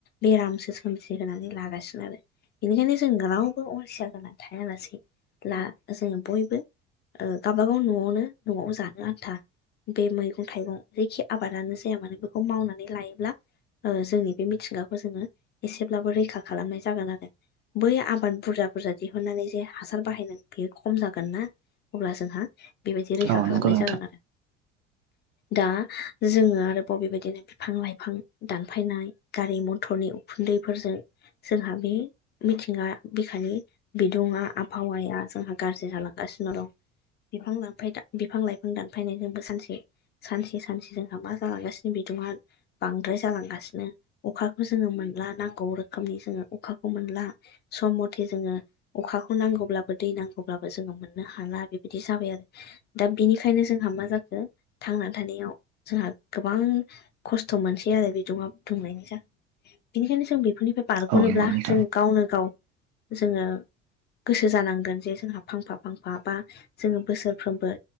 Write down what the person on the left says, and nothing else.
बेरामसो सोमजिहोनानै ला सिनो आरो बेनिखायनो जों रावबो अलसिया जाना थायालासै लासे जों बयबो ओ गावाबागाव न'आवनो न'आवबो जानो आन्था बे मैगं थाइगं जायखि आबादानो जाया मानो बेखौ मावनानै लायोब्ला जोंनि बे मिथिंगाखौ जोङो एसेब्लाबो रैखा खालामनाय जागोन आरो। बै आबाद बुरजा बुरजा दिहुननानै जे हासार बाहायनानै बेयो खम जागोन ना। अब्ला जोंहा बेबायदि रैखा
खालामनाय
जागोन आरो दा जोङो आरो दा बे बेबायदिनो बिफां लाइफां दानफायनाय गारि मथरनि उखुन्दैफोरजों जोंहा बे मिथिंगा बिखानि बिंदुआ आबहावाया जोंहा गाज्रि जालांगासिनो दं। बिफां बिफां लाइफां दानफायनायजोंबो सानसे सानसे सानसे जोंहा मा जालांगासिनो बिदङआ बांद्राय जालांगासिनो। अखाखौ जोङो मोनला नांगौ रोखोमनि जोङो अखाखौ मोनला सम मथे जोङो अखाखौ नांगौब्लाबो दै नांगौब्लाबो जोङो मोननो हाला बेबायदि जाबाय आरो। दा बेनिखायनो जोंहा मा जाखो थांना थानायाव जोंहा गोबां खस्थ' मोनसै आरो बिदुंया दुंनायनि जाहनननि बेनिखायनो जों बेफोरनिफ्राय बारग'नोब्ला
जों गावनो गाव जोङो गोसो जानांगोन जे जोंहा फांफा फांफा बा जोङो बोसोरफ्रोमबो